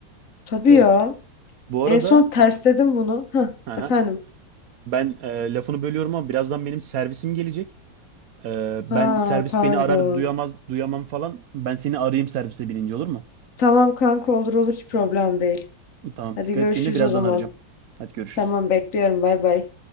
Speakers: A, on the left (about 50°); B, on the right (about 65°).
A: Tabii
B: Garip.
A: ya.
B: Bu arada
A: En son tersledim bunu. Hah,
B: aha,
A: efendim.
B: ben e, lafını bölüyorum ama birazdan benim servisim gelecek. E, ben
A: Ha
B: servis
A: pardon.
B: beni arar duyamaz duyamam falan. Ben seni arayayım servise binince olur mu?
A: Tamam kanka olur olur hiç problem değil.
B: Tamam
A: Hadi
B: dikkat
A: görüşürüz
B: et kendine birazdan
A: o zaman.
B: arayacağım. Hadi görüşürüz.
A: Tamam bekliyorum bay bay.